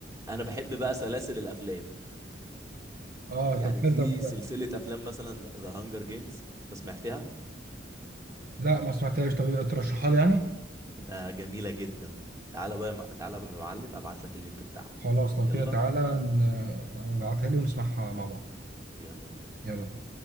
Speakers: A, on the right; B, on the right.
A: انا بحب بقى سلاسل الافلام
B: اه
A: يعني
B: طب حلو
A: في
B: طب
A: سلسلة أفلام مثلا ذا هانجر جيمز أنت سمعتها؟
B: لا ما سمعتهاش طب ترشحها لي يعني
A: ده جميلة جدا تعالى بقى يا مع- تعالى بقى يا معلم أبعت لك اللينك بتاعها
B: خلاص لو
A: يلا
B: كده تعالى ن- ابعتها لي ونسمعها مع بعض
A: يلا بينا
B: يلا بينا.